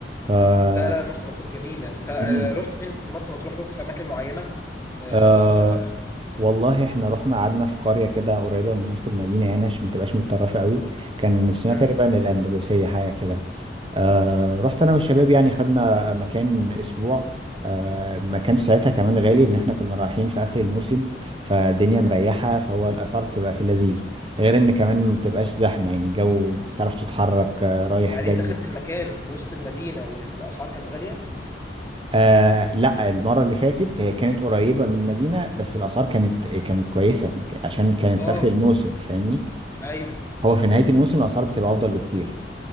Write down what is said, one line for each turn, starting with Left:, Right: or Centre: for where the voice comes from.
Right: ف طب
Left: لا لا مرسى مطروح جميلة انت آه،
Right: مم.
Left: رحت فين في مرسى مطروح رحت في اماكن معينة آه،
Right: آه، والله احنا رحنا قعدنا في قرية كده قريبة من وسط المدينة يعني عشان ما تبقاش متطرفة قوي كان اسمها
Left: مم.
Right: تقريبا الأندلسية حاجة كده آه رحت أنا والشباب يعني خدنا مكان أسبوع آه ما كانش ساعتها كمان غالي إن احنا كنا رايحين في آخر الموسم فالدنيا مريحة فهو الأسعار بتبقى في اللذيذ غير إن كمان ما بتبقاش زحمة يعني الجو بتعرف تتحرك آه، رايح
Left: يعني
Right: جاي
Left: انت خدت المكان في وسط المدينة والاسعار كانت غالية
Right: آه لا المرة اللي فاتت هي كانت قريبة من المدينة بس الآثار كانت كانت كويسة عشان كانت
Left: اه
Right: في آخر الموسم فاهمني
Left: ايوه
Right: هو في نهاية الموسم الأسعار بتبقى أفضل بكتير